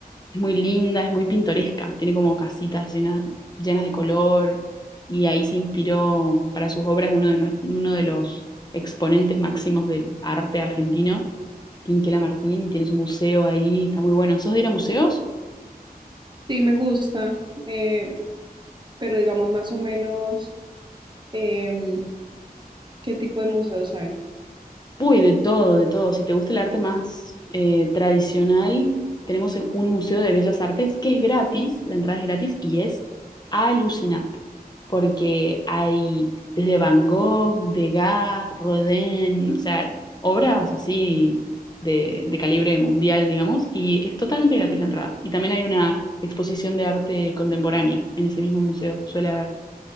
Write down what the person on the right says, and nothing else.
Sí, me gusta, eh, pero digamos más o menos em, qué tipo de museos hay.